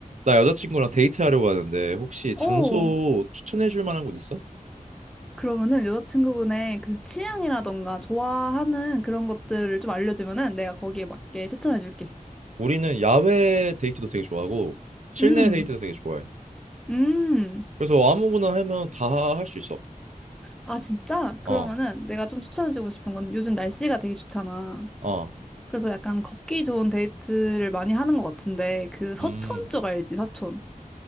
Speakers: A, on the right; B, in the centre.
A: 나 여자친구랑 데이트하려고 하는데 혹시 장소
B: 어,
A: 추천해 줄 만한 곳 있어?
B: 그러면은 여자친구분의 그 취향이라던가 좋아하는 그런 것들을 좀 알려주면은 내가 거기에 맞게 추천해줄게.
A: 우리는 야외 데이트도 되게 좋아하고 실내
B: 음,
A: 데이트도 되게 좋아해.
B: 음.
A: 그래서 아무거나 하면 다 할 수 있어.
B: 아, 진짜? 그러면은
A: 어,
B: 내가 좀 추천해주고 싶은 거는 요즘 날씨가 되게 좋잖아.
A: 어,
B: 그래서 약간 걷기 좋은 데이트를 많이 하는 것 같은데 그 서촌
A: 음,
B: 쪽 알지? 서촌.